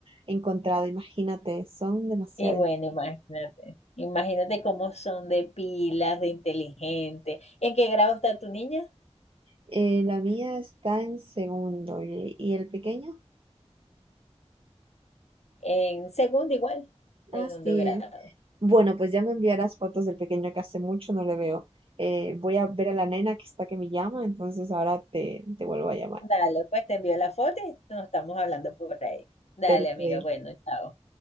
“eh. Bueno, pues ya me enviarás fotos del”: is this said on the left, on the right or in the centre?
Right